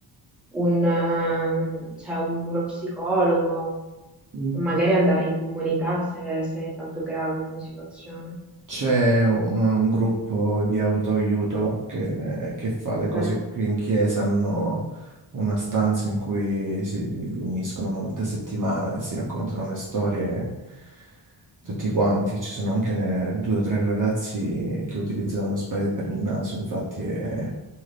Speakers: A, in the centre; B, on the right.
A: Un, eh, cioè un- uno psicologo,
B: Mm.
A: o magari andare in comunità se, se è tanto grave come situazione.
B: C'è un, un gruppo di autoaiuto che, che fa le
A: Ok?
B: cose qui in chiesa, hanno una stanza in cui si riuniscono una volta a settimana e si raccontano le storie tutti quanti. Ci sono anche due o tre ragazzi che utilizzano lo spray per il naso, infatti eh,